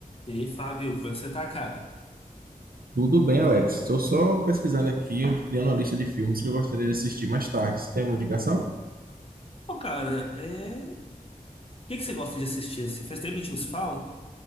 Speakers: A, on the left; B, on the right.
A: E aí, Fábio, como é que você tá, cara?
B: Tudo bem, Alex. Estou só pesquisando aqui, criando uma lista de filmes que eu gostaria de assistir mais tarde. Você tem alguma indicação?
A: Pô, cara, é... o que que você gosta de assistir assim? Faz tempo que a gente não se fala?